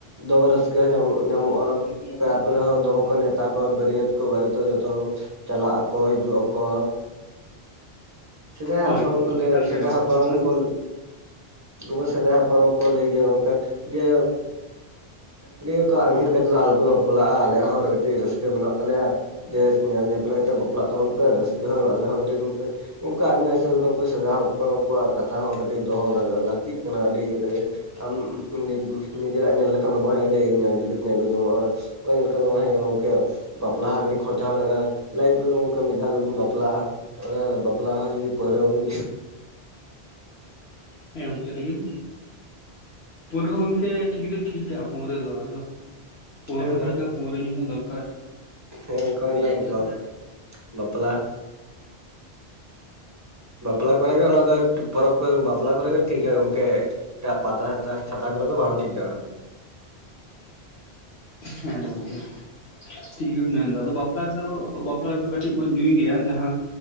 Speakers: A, on the right; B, on the left.
A: ᱫᱚᱢᱮ ᱨᱟᱹᱥᱠᱟᱹ ᱧᱟᱢᱚᱜ ᱧᱟᱢᱚᱜ-ᱟ᱾ ᱛᱟᱨᱯᱚᱨᱮ ᱦᱚᱸ ᱫᱚᱢᱮ ᱠᱚ ᱱᱮᱣᱛᱟ ᱠᱚᱣᱟ ᱵᱟᱹᱨᱤᱭᱟᱛ ᱠᱚ ᱵᱟᱨᱮᱛ ᱡᱚᱛᱚ ᱦᱚᱲ ᱪᱟᱞᱟᱜ ᱟᱠᱚ ᱦᱤᱡᱩᱜ ᱟᱠᱚ ᱥᱮᱫᱟᱭ
B: ᱦᱳᱭ
A: ᱦᱟᱯᱲᱟᱢ
B: ᱦᱳᱭ
A: ᱠᱚ ᱞᱟᱹᱭ
B: ᱮᱠᱟᱞ ᱜᱮ
A: ᱥᱮᱫᱟᱭ
B: ᱜᱚᱝᱠᱮ᱾
A: ᱦᱟᱯᱲᱟᱢ
B: ᱚᱱᱟ ᱫᱚ
A: ᱠᱚ <unintelligible> ᱦᱟᱯᱲᱟᱢ ᱦᱚᱸᱠᱚ ᱞᱟᱹᱭ ᱜᱮᱭᱟ ᱜᱚᱢᱠᱮ ᱡᱮ ᱞᱟᱹᱭᱟ ᱠᱚ ᱟᱸᱜᱤᱨ ᱠᱟᱛᱮᱫ ᱫᱚ ᱟᱞᱚᱯᱮ ᱵᱟᱯᱞᱟᱜ-ᱟ᱾ ᱟᱞᱮᱭᱟᱜ ᱦᱚᱸ ᱠᱟᱹᱴᱤᱡ ᱨᱟᱹᱥᱠᱟᱹ ᱢᱮᱱᱟᱜ ᱛᱟᱞᱮᱭᱟ᱾ ᱡᱮ ᱧᱮᱞ ᱧᱮᱯᱮᱞ ᱠᱟᱛᱮ ᱵᱟᱯᱞᱟᱜ ᱛᱟᱵᱚᱱ ᱯᱮ ᱨᱟᱹᱥᱠᱟᱹ ᱦᱚᱸ ᱟᱞᱮ ᱦᱚᱸ ᱠᱟᱹᱴᱤᱡ ᱚᱝᱠᱟ ᱟᱹᱞᱤᱧᱟᱜ ᱦᱤᱥᱟᱹᱵᱽ ᱱᱩᱠᱩ ᱥᱮᱫᱟᱭ ᱦᱟᱯᱲᱟᱢ ᱠᱚᱣᱟᱜ ᱠᱟᱛᱷᱟ ᱦᱚᱸ ᱠᱟᱹᱴᱤᱡ ᱫᱚᱦᱚ ᱞᱟᱹᱠᱛᱤᱜ ᱠᱟᱱᱟ ᱟᱹᱰᱤ ᱨᱮᱜᱮ ᱟᱢ ᱱᱤᱡᱮ ᱱᱤᱡᱮᱨᱟᱜ ᱧᱮᱞ ᱞᱮᱠᱷᱟᱱ ᱫᱚ ᱵᱟᱝ ᱦᱩᱭᱩᱜ-ᱟ, ᱡᱮ ᱤᱧ ᱟᱸᱜᱤᱨ ᱠᱟᱛᱮ ᱤᱧ ᱟᱹᱜᱩ ᱡᱚᱝᱜ-ᱟ᱾ ᱚᱝᱠᱟ ᱧᱮᱞ ᱞᱮᱠᱷᱟᱱ ᱵᱟᱝ ᱦᱩᱭᱩᱜ-ᱟ ᱜᱚᱝᱠᱮ ᱵᱟᱯᱞᱟ ᱦᱚᱸ ᱟᱹᱰᱤ ᱠᱷᱚᱨᱪᱟ ᱞᱟᱜᱟᱼᱟ᱾ ᱞᱟᱭᱤᱯᱷ ᱨᱮ ᱜᱚᱝᱠᱮ ᱢᱤᱫ ᱫᱷᱟᱣ ᱜᱮᱵᱩᱱ ᱵᱟᱯᱞᱟᱜ-ᱟ᱾ ᱚᱱᱟ ᱵᱟᱯᱞᱟ ᱞᱟᱦᱟ ᱡᱩᱫᱤ ᱯᱟᱹᱣᱨᱟᱹ ᱵᱩᱱ ᱧᱩᱭᱟ
B: <inaudible> ᱦᱮᱸ ᱜᱚᱢᱠᱮ ᱞᱟᱹᱭᱵᱤᱱ᱾ ᱯᱟᱹᱣᱨᱟᱹ ᱦᱚᱸ ᱜᱚᱢᱠᱮ ᱴᱷᱤᱠ ᱫᱚ ᱴᱷᱤᱠᱟ ᱯᱟᱹᱣᱨᱟᱹ ᱫᱚ ᱟᱫᱚ ᱯᱟᱹᱣᱨᱟᱹ
A: ᱦᱮᱸ
B: ᱴᱷᱤᱠᱟ᱾ ᱯᱟᱹᱣᱨᱟᱹ ᱧᱩ ᱦᱚᱸ ᱫᱚᱨᱠᱟᱨ
A: ᱦᱮᱸ <unintelligible> ᱵᱟᱯᱞᱟ ᱵᱟᱯᱞᱟ ᱠᱚᱨᱮ ᱜᱮ ᱚᱱᱟ ᱫᱚ ᱯᱚᱨᱚᱵᱽ ᱠᱚᱨᱮ ᱵᱟᱯᱞᱟ ᱠᱚᱨᱮ ᱜᱮ ᱴᱷᱤᱠᱟ ᱜᱚᱝᱠᱮ᱾ ᱮᱴᱟᱜ ᱯᱟᱛᱟ ᱪᱷᱟᱛᱟ ᱠᱚᱨᱮ ᱫᱚ ᱵᱟᱝ ᱴᱷᱤᱠᱟ᱾
B: ᱦᱮᱸ ᱜᱚᱝᱠᱮ ᱴᱷᱤᱠ ᱜᱮ ᱵᱚᱱ ᱢᱮᱱᱫᱟ᱾ ᱟᱫᱚ ᱵᱟᱯᱞᱟ ᱨᱮᱫᱚ ᱵᱟᱯᱞᱟ ᱨᱮᱫᱚ ᱠᱟᱹᱴᱤᱡ ᱵᱚᱱ ᱧᱩᱭ ᱜᱮᱭᱟ᱾ ᱡᱟᱦᱟᱸ